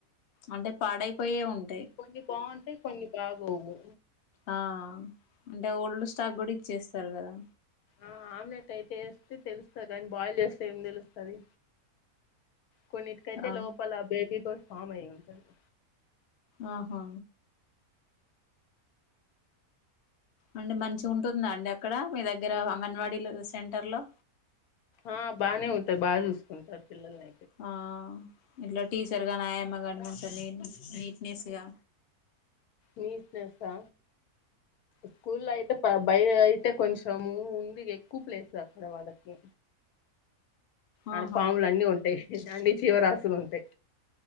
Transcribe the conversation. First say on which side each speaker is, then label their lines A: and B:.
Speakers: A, on the left; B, on the left.
A: అంటే పాడైపోయే ఉంటా
B: కొన్ని బాగుంటాయ్ కొన్ని బాగోవు
A: ఆ అంటే ఓల్డ్ స్టాక్ కూడా ఇచ్చేస్తారు కదా
B: ఆ ఆమ్లెట్ అయితే ఏస్తే తెలుస్తది కాని బాయిల్ చేస్తే ఏమి తెలుస్తుంది కొన్నిటికైతే
A: ఆ
B: లోపల ఆ బేబీ కూడా ఫామ్ అయి ఉంటుంది
A: ఆహా అంటే మంచిగా ఉంటుందా అండి అక్కడ మీ దగ్గర అంగన్వాడీ సెంటర్లో
B: ఆ బాగానే ఉంటది బానే చూసుకుంటారు పిల్లలని
A: ఆ ఇట్లా టీచర్ గానీ ఆయామ్మ కాని నీట్నెస్ గా
B: నీట్నేసా స్కూల్లో అయితే ప బయటయితే కొంచెం ముందు ఎక్కువ ప్లేసు అక్కడ వాళ్ళకి ఆడ
A: ఆహా
B: పాములు అన్నీ ఉంటాయి అన్ని జీవరాశులు ఉంటాయి